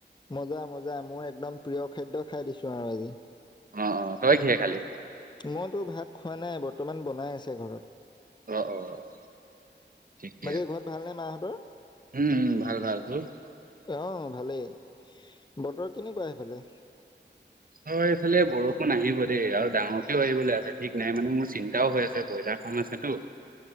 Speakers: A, on the left (about 25°); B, on the right (about 50°).
A: মজা মজা মই একদম প্ৰিয় খাদ্য খাই দিছো আৰু আজি।
B: অ', অ', তই কিহে খালী?
A: মইতো ভাত খোৱা নাই, বৰ্তমান বনাই আছে ঘৰত।
B: অ', অ', ঠিকে
A: বাকী ঘৰত ভাল নে মাহঁত
B: উম ভাল, ভাল, তোৰ?
A: অ', ভালেই, বতৰ কেনেকুৱা সেইফালে?
B: অ', এইফালে বৰষুণ আহিব দেই আৰু ডাঙৰকেও আহিবলৈ আছে ঠিক নাই মানে মোৰ চিন্তাও হৈ আছে ব্ৰইলাৰ ফাৰ্ম আছেটো।